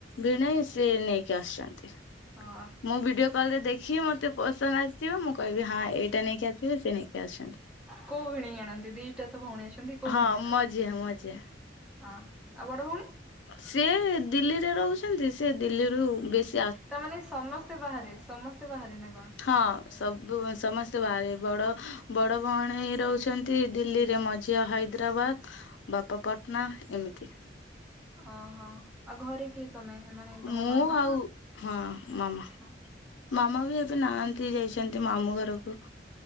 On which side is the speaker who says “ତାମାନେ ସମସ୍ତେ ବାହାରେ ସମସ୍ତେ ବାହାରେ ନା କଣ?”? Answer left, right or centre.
Centre